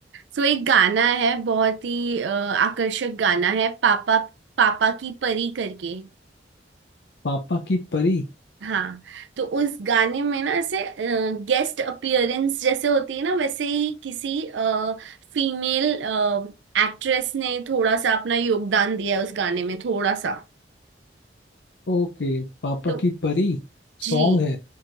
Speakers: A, on the right; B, on the left.
A: सो एक गाना है बहुत ही अ, आकर्षक गाना है पापा पापा की परी करके
B: पापा की परी
A: हाँ तो उस गाने में ना ऐसे गेस्ट अपीयरेंस जैसे होती है ना वैसे ही किसी फीमेल एक्ट्रेस ने थोड़ा सा अपना योगदान दिया है उस गाने में थोड़ा सा
B: ओके पापा
A: तो
B: की परी
A: जी
B: सॉन्ग है